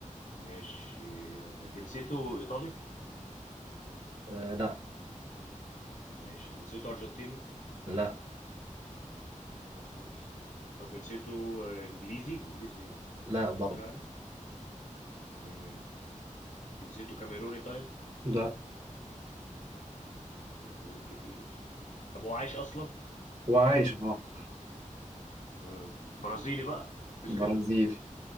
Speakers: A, on the left (about 60°); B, on the right (about 30°).
A: ماشي آه، جنسيته إيطالي
B: آه لا
A: ماشي جنسيته أرجنتيني
B: لا
A: معتزل طب جنسيته آه، إنجليزي إنجليزي
B: لا برضه
A: إنجلترا يعني مم. جنسيته كاميروني طيب
B: لا
A: معتزلين كتير طب هو عايش أصلا؟
B: هو عايش
A: سؤال مهم.
B: اه
A: مم. برازيلي بقى مفيش
B: برازيلي
A: غيره